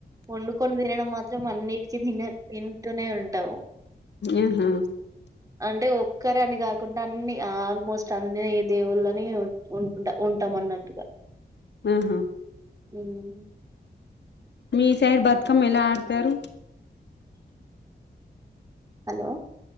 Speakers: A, on the right; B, on the left.
A: వండుకొని తినడం మాత్రం అన్నిటికిీ తిన విింటూనే ఉంటావు
B: ఆహా
A: అంటే ఒక్కరే అని కాకుండా అన్ని ఆల్మోస్ట్ అన్ని దేవుళ్ళని ఉుంట ఉంటాం మన్నట్టుగా
B: ఆహా
A: ఉమ్మ్
B: మీ సైడ్ బతుకమ్మ ఎలా ఆడతారు
A: హలో